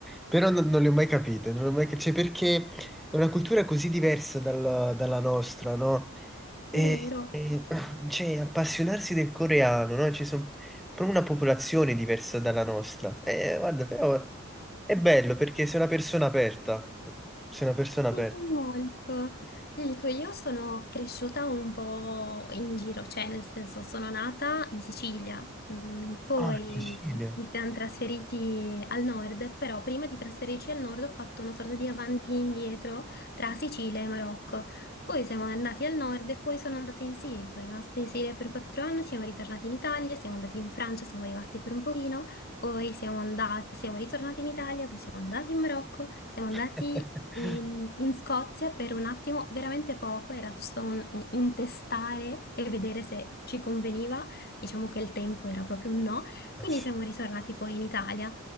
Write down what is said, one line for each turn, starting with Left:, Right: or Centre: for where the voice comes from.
Centre: però non, non le ho mai capite, non le ho mai cap- cioè, perché è una cultura così diversa dalla dalla nostra, no? E,
Left: Vero.
Centre: e, cioè, appassionarsi del coreano, no? Ci sono proprio una popolazione diversa dalla nostra. E, guarda, però è bello perché sei una persona aperta, sei una persona
Left: Sì,
Centre: aperta.
Left: Molto. Ti dico, io sono cresciuta un po' in giro, cioè nel senso sono nata in Sicilia, mm, poi
Centre: Ah, in Sicilia.
Left: ci siamo trasferiti al nord, però prima di trasferirci al nord ho fatto una sorta di avanti e indietro tra Sicilia e Marocco. Poi siamo andati al nord e poi sono andata in Siria, sono rimasta in Siria per quattro anni, siamo ritornati in Italia, siamo andati in Francia, siamo rimasti per un pochino, poi siamo andati, siamo ritornati in Italia, poi siamo andati in Marocco. Siamo andati
Centre: <laughs>
Left: in, in Scozia per un attimo, veramente poco, era giusto un, un- un testare e vedere se ci conveniva. Diciamo che il tempo era proprio un no, quindi
Centre: Eh sì.
Left: siamo ritornati poi in Italia.